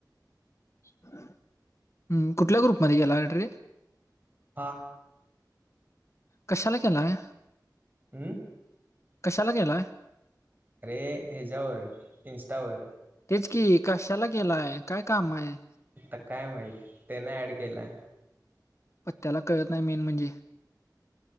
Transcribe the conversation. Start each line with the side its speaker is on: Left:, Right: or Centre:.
Left: हम्म कुठल्या ग्रुपमध्ये केला ॲड रे?
Right: हा
Left: कशाला केला आहे
Right: हमंम
Left: कशाला गेलाय
Right: अरे हच्यावर इं्स्टावर
Left: तेच की कशाला गेलाय काय काम आहे?
Right: आता काय माहित त्याने ऍड केलाय.
Left: पण त्याला कळत नाही मेन म्हणजे